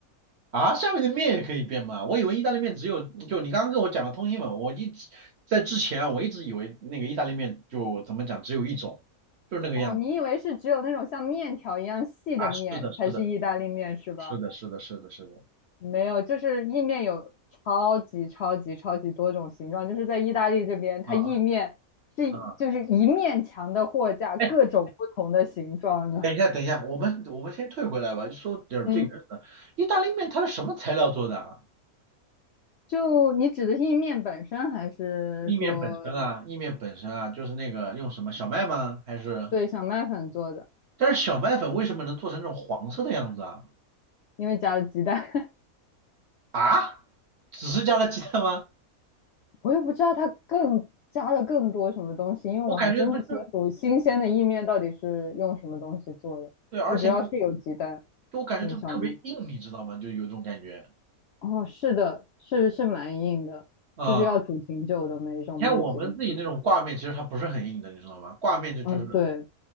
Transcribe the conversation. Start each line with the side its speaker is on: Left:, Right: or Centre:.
Right: 啊，下面的面也可以变吗？我以为意大利面只有，就你刚刚跟我讲的通心粉，我一直在之前啊，我一直以为那个意大利面就怎么讲只有一种，就是那个样子
Left: 哦，你以为是只有那种像面条一样细的面才是意大利面是吧？
Right: 啊。是的，是的，是的，是的，是的，是的，
Left: 没有，就是意面有超级超级超级多种形状，就是在意大利这边，它意面是就是一面墙的货架，
Right: 啊啊啊！哎，
Left: 各种不同的形状的。
Right: 等一下，等一下，我们我们先退回来吧，说点儿最原始的。
Left: 嗯，
Right: 意大利面它是什么材料做的啊？
Left: 就你指的是意面本身，还是说
Right: 意面本身啊，意面本身啊，就是那个用什么小麦吗？还是？
Left: 对小麦粉做的？
Right: 但是小麦粉为什么能做成这种黄色的样子啊？
Left: 因为加了鸡蛋，<laughs>
Right: 啊？只是加了鸡蛋吗？
Left: 我也不知道它更加了更多什么东西，因为我还真不清楚新鲜的意面到底是用什么东西做的。
Right: 我感觉不就对，而且就
Left: 我只要是有鸡蛋，
Right: 就我感觉就特别硬，
Left: 有小麦。
Right: 你知道吗？就有一种感觉，
Left: 哦，是的，是是蛮硬的，
Right: 嗯，
Left: 就是要煮挺久的每一种面基本上。
Right: 你看我们自己那种挂面，其实它不是很硬的，你知道吗？挂面就就是，
Left: 嗯，对，